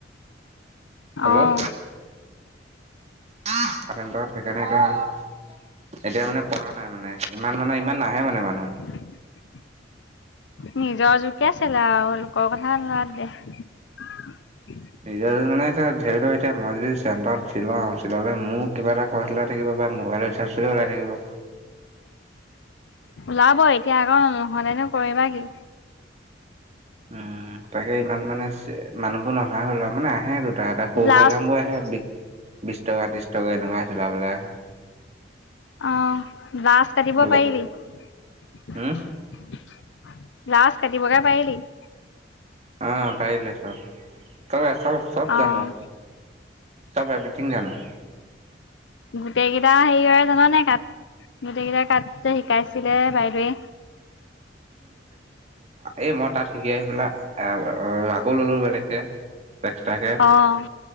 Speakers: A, on the right; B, on the left.
A: অলপ
B: অঁ
A: স সেইকাৰণে এতিয়া এতিয়া মানে প নাই মানে ইমান মানে ইমান নাহে মানে মানে
B: উ নিজৰ জোকে আছিল আৰু লোকৰ কথা লৰা দে
A: নিজৰ মানে এতিয়া ধৰিত এতিয়া মছ চণ্টাৰত মোৰ কিবা এটা কছিলে <unintelligible> থিকিব পাৰিম মোবাইলৰ ৰিচাৰ্ছ ওলাই থাকিব
B: ওলাব এতিয়া আকৌ নহলেনো কৰিবা কি
A: উম তাকে ইমান মানে মানুহবোৰ নহা হল আৰু মানে আহে দুটা এটা সৰু
B: ব্লাউজ
A: সুৰা কামবোৰ আহে বিশ টকা ত্ৰিশ টকা এনেকুৱা হৈছিল বোলে আহে
B: আহ লছ কাটিব
A: দোকান
B: পাৰিবি <unintelligible>
A: উম
B: লাষ্ট কাটি বগে পাৰিলি <unintelligible>
A: অঁ পাৰিলো চব <unintelligible> তব চব চব
B: অ',
A: জানো চব এভিথিং জানো
B: গোটেই কেইটা হেৰি হয় জান নাই তাত গোটেই কেইটাৰ কাত শিকাইছিলে বাইদেৱে
A: এ মই তাত শিকি আহি পেলাই আকৌ ললো বেলেগকে এক্সট্টাকে
B: অ'।